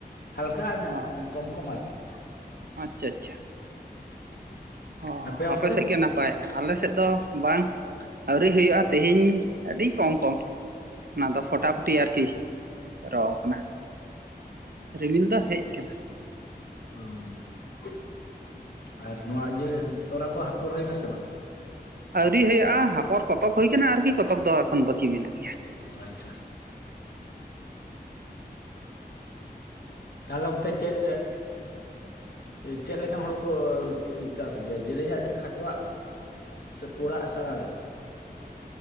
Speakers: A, on the left; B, on the right.
A: ᱦᱟᱞᱠᱟ
B: ᱚ
A: ᱠᱚᱢ ᱠᱚᱢ ᱟᱨᱠᱤ᱾
B: ᱟᱪᱪᱷᱟ ᱪᱷᱟ᱾
A: <inaudible>
B: ᱦᱚᱸ
A: ᱟᱯᱮ
B: ᱟᱯᱮᱥᱮᱜ
A: ᱚᱱᱛᱮ
B: ᱜᱮ ᱱᱟᱯ ᱯᱟᱭ, ᱟᱞᱮ ᱥᱮᱫ ᱫᱚ ᱵᱟᱝ ᱟᱹᱣᱨᱤ ᱦᱩᱭᱩᱜᱼᱟ ᱛᱮᱦᱤᱧ ᱟᱹᱰᱤ ᱠᱚᱢ ᱠᱚᱢ᱾ ᱚᱱᱟ ᱫᱚ ᱯᱷᱚᱴᱟ ᱯᱷᱚᱴᱤ ᱟᱨᱠᱤ, ᱨᱚᱣ ᱠᱟᱱᱟ ᱨᱤᱢᱤᱞ ᱫᱚ ᱦᱮᱡ ᱠᱟᱱᱟ᱾
A: ᱚ᱾ ᱟᱨ ᱱᱚᱣᱟ ᱤᱭᱟᱹ ᱛᱚᱞᱟ ᱠᱚ ᱦᱟᱯᱚᱨ ᱦᱩᱭᱱᱟ ᱥᱮ ᱵᱟᱝ?
B: ᱟᱹᱣᱨᱤ ᱦᱩᱭᱩᱜᱼᱟ, ᱦᱟᱯᱚᱨ ᱠᱚᱛᱚᱠ ᱦᱩᱭ ᱟᱠᱟᱱᱟ ᱟᱨᱠᱤ ᱠᱚᱛᱚᱠ ᱫᱚ ᱮᱠᱷᱚᱱ ᱵᱟᱹᱠᱤ ᱢᱮᱱᱟᱜ ᱜᱮᱭᱟ᱾
A: ᱚ ᱟᱪᱷᱟ᱾ ᱛᱟᱦᱞᱮ ᱚᱱᱛᱮ ᱪᱮᱫ ᱪᱮᱫ ᱞᱮᱠᱟᱱ ᱦᱚᱲᱚ ᱠᱚ ᱪᱟᱥ ᱜᱮᱭᱟ ᱡᱮᱞᱮᱧᱟᱜ ᱥᱮ ᱠᱷᱟᱴᱚᱣᱟᱜ? ᱥᱮ ᱯᱩᱲᱟᱜ ᱥᱮ ᱟᱲᱟᱜᱟᱜ?